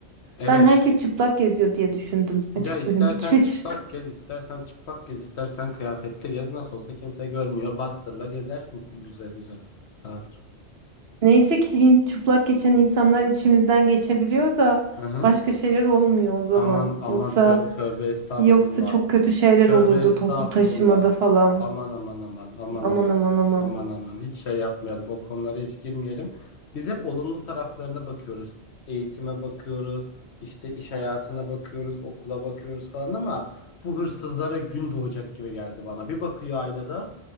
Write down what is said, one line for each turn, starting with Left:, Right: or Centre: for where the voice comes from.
Left: evet.
Right: Ben herkes çıplak geziyor diye düşündüm. Açık
Left: Ya istersen
Right: söylemek <laughs> gerekirse.
Left: çıplak gez, istersen çıplak gez, istersen kıyafetle gez. Nasıl olsa kimse görmüyor. Boxer'la gezersin güzel güzel. Rahat.
Right: Neyse ki in- çıplak geçen insanlar içimizden geçebiliyor da
Left: Hı hı.
Right: başka şeyler olmuyor o zaman.
Left: Aman aman
Right: Yoksa
Left: tö- tövbe estağfurullah.
Right: yoksa çok kötü şeyler
Left: Tövbe
Right: olurdu
Left: estağfurullah.
Right: toplu taşımada falan.
Left: Aman aman aman aman
Right: Aman
Left: aman.
Right: aman aman.
Left: Aman aman hiç şey yapmayalım. O konulara hiç girmeyelim. Biz hep olumlu taraflarına bakıyoruz. Eğitime bakıyoruz. işte iş hayatına bakıyoruz, okula bakıyoruz falan ama bu hırsızlara gün doğacak gibi geldi bana. Bir bakıyor aynada,